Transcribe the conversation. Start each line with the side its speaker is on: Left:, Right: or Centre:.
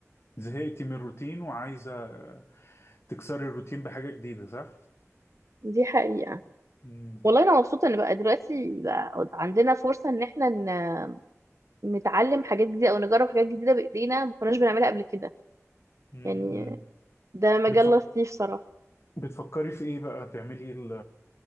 Left: زهقتي من الروتين وعايزه تكسري الروتين بحاجه جديده صح
Right: دي حقيقه
Left: امم
Right: والله انا مبسوطه ان بقى دلوقتي بقى عندنا فرصه ان احنا ن- نتعلم حاجات جديده او نجرب حاجات جديده بايدينا ما كناش بنعملها قبل كده
Left: امم
Right: يعني ده مجال
Left: بتفك...
Right: لطيف صراحه
Left: بتفكري في ايه بقى تعملي ايه ال...